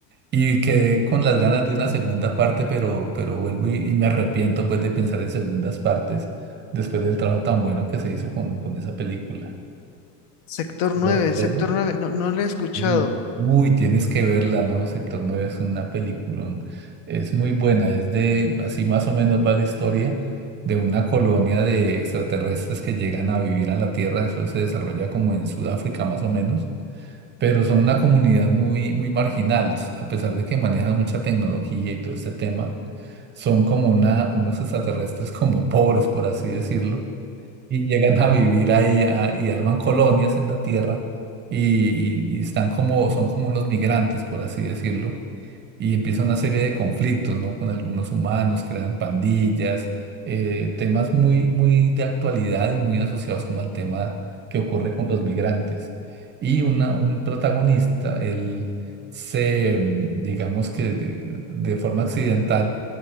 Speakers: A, on the right; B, on the left.
A: Y quedé con las ganas de una segunda parte, pero, pero vuelvo y, y me arrepiento pues de pensar en segundas partes después del trabajo tan bueno que se hizo con, con esa película.
B: Sector nueve,
A: ¿Me recuerdas?
B: Sector nueve. no, no la he escuchado.
A: Sí. Uy, tienes que verla, ¿no? Sector 9 es una película, Es muy buena, es de, así más o menos va la historia de una colonia de extraterrestres que llegan a vivir a la Tierra. Eso se desarrolla como en Sudáfrica, más o menos. Pero son una comunidad muy, muy marginal, s- a pesar de que manejan mucha tecnología y todo este tema. Son como una, unos extraterrestres como pobres, por así decirlo y llegan a vivir ahí a- y arman colonias en la tierra y, y- y están como, son como unos migrantes, por así decirlo, y empieza una serie de conflictos, ¿no? Con algunos humanos, crean pandillas, eh, temas muy, muy de actualidad y muy asociados como al tema que ocurre con los migrantes. Y una, un protagonista, él se, mm, digamos que de, de forma accidental,